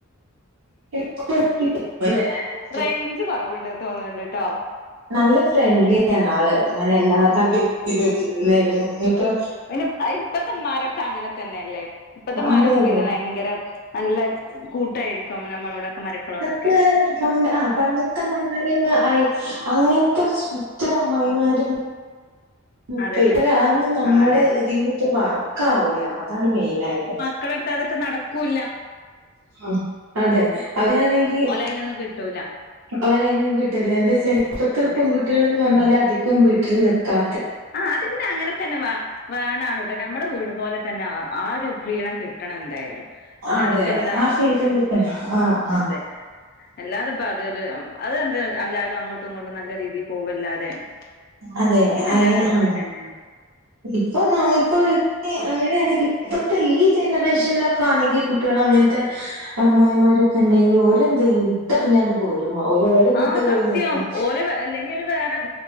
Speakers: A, on the right; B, on the left.
A: <unintelligible>
B: റേയ്ഞ്ച് കൊർവ്ണ്ട് തോന്ന്ണ് ണ്ട് ട്ടോ
A: നല്ല ഫ്രണ്ട്ലി ആണ് ആള് ഇങ്ങനെ എല്ലാ കാര്യത്തിലും നിന്നരും നിപ്പോ
B: അയ്ന് അയ്ൻ ഇപ്പത്തമ്മാരൊക്കെ അങ്ങനെ തന്നെയല്ലേ ഇപ്പത്തെ മ്മാരൊക്കെ
A: അതെ അതെ.
B: പിന്നെ ഭയങ്കര നല്ല കൂട്ടായിരിക്കും നമ്മളോടൊക്കെ മരക്കളോടെ
A: പ ആ പണ്ടത്തെ അമ്മായിമ്മാര് ഒന്ന് ആയി അങ്ങൻത്തെ ച്ചട അമ്മായിമാരും <unintelligible>
B: അതന്നെ
A: അല്ല അതന്നും നമ്മടെ
B: ആഹ് അതെ
A: ഇതീല് പ്പോ വർക്കാവൂല അതാണ് മെയിനായിട്ട്
B: മക്കള എട്ത്ത് അതറ്റെ നടക്കൂല്ല
A: ആ അതെ അവരാണെങ്കി
B: അയ്നൊന്നും കിട്ടൂല
A: ഓലെ അയ്നൊന്നും കിട്ടൂല എന്തേച്ചാല് ഇപ്പത്തെ
B: അതെ
A: പൺകുട്ടികള് ന്ന് പർഞ്ഞാല് അധികം വീട്ടിൽ നിക്കാ
B: ആ അത് പിന്നെ അങ്ങനെ തന്നെ വാ വേണാണ് ട്ടോ നമ്മളെ വീട് പോലെ തന്നെ ആ ഒരു ഫ്രീഡം കിട്ടണ എന്തായാലും അല്ലാതപ്പ
A: അതെ
B: എന്താ
A: ആ ഫ്രീഡം കിട്ടണം. ആഹ് ആഹ്
B: അതെ അല്ലാതപ്പ അതരു അതെന്താ എല്ലാരും അങ്ങോട്ടും ഇങ്ങോട്ടും നല്ല രീതി പോവല്ലാതെ
A: അതെ
B: ഇപ്പൊ പിന്നെ
A: അയ്ന്
B: എല്ലാരും അങ്ങനെ
A: ആ
B: തന്നെയാണ്
A: ഇപ്പൊ നമ്മ ഇപ്പൊ <unintelligible> അങ്ങനെണെങ്കി ഇപ്പത്തെ ഈ ജനറേഷൻലൊക്കെ ആണങ്കി കുട്ടിയള് അങ്ങൻത്തെ അമ്മായിമാരൊക്കണ്ടങ്കി ഓര് എന്തയ്യും ഇട്ടർഞ്ഞാണ്ട് പോരും ഓല് ഓല് വീട്ട്
B: ആഹ്
A: പോയി
B: സത്യം
A: നിക്കും
B: ഓല് അല്ലെങ്കി ഒരു വേറെ